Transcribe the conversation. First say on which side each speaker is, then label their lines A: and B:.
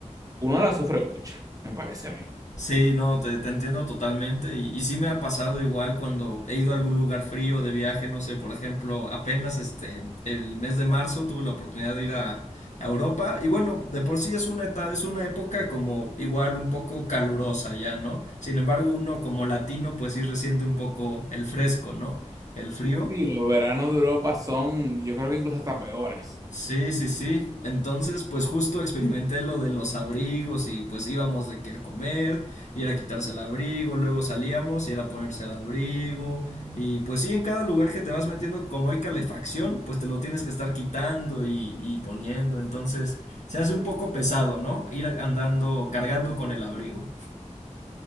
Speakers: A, on the right (about 25°); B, on the left (about 70°).
A: uno la sufre mucho, me parece a mí.
B: Sí, no, te, te entiendo totalmente y, y sí me ha pasado igual cuando he ido a algún lugar frío de viaje, no sé, por ejemplo, apenas este, el mes de marzo tuve la oportunidad de ir a, a Europa y bueno, de por sí es una eta- es una época como igual un poco calurosa ya, ¿no? Sin embargo, uno como latino pues sí resiente un poco el fresco, ¿no? El frío.
A: Y los veranos de Europa son, yo creo que incluso hasta peores.
B: Sí, sí, sí. Entonces, pues justo experimenté lo de los abrigos y pues íbamos de que a comer y era quitarse el abrigo, luego salíamos y era ponerse el abrigo y pues sí, en cada lugar que te vas metiendo, como hay calefacción, pues te lo tienes que estar quitando y, y poniendo, entonces se hace un poco pesado, ¿no? Ir andando, cargando con el abrigo.